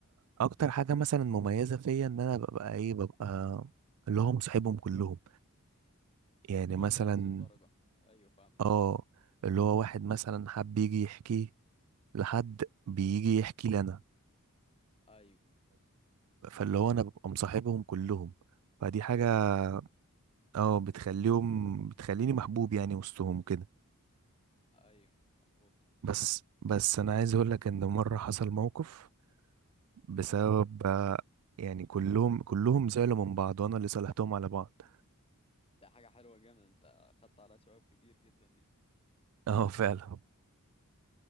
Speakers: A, on the right (about 75°); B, on the left (about 25°).
A: اكتر حاجة مثلا مميزة فيا ان انا ببقى ايه ببقى اللي هو مصاحبهم كلهم
B: وكلهم
A: يعني مثلا
B: بنفس الدرجه ايوه فاهمك
A: اه اللي هو واحد مثلا حب يجي يحكي لحد بيجي يحكي لنا
B: ايوه
A: فاللي هو انا ببقى مصاحبهم كلهم فدي حاجة
B: ايوه ده حاجه حلوه
A: اه بتخليهم بتخليني محبوب يعني وسطهم كده
B: ايوه مظبوط
A: بس بس انا عايز اقول لك ان مره حصل موقف بسبب
B: اه
A: آه، يعني كلهم كلهم زعلوا من بعض وانا اللي صالحتهم على بعض
B: ده حاجه حلوه جامد انت خدت على ثواب كبير جدا دي
A: <laughs> اه فعلا